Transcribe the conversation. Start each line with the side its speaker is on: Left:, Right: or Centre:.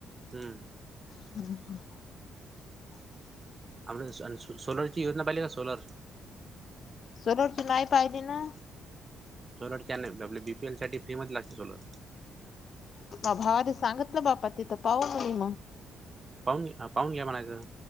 Right: हम्म
Left: हम्म हम्म
Right: आपली सोलरची योजना पाहिली का सोलर
Left: सोलरची नाही पाहिलीे ना
Right: सोलर न आप बीपीएल साठी फ्री मधला सोलर
Left: म भावाने सांगतलं बापा तिथं पाह नाही मग
Right: पाहून घे हा पाहून घ्या म्हणायचं